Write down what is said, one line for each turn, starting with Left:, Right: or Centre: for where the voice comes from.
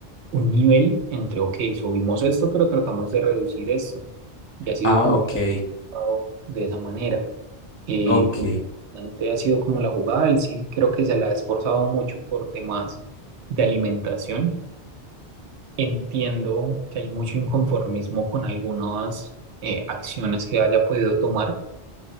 Right: un nivel entre, ok, subimos esto, pero tratamos de reducir esto. Y ha sido
Left: Ah,
Right: con
Left: ok,
Right: lo que he jugado de esa manera. Eh,
Left: ok.
Right: principalmente ha sido como la jugada, él sí creo que se la ha esforzado mucho por temas de alimentación. Entiendo que hay mucho inconformismo con algunas eh, acciones que haya podido tomar.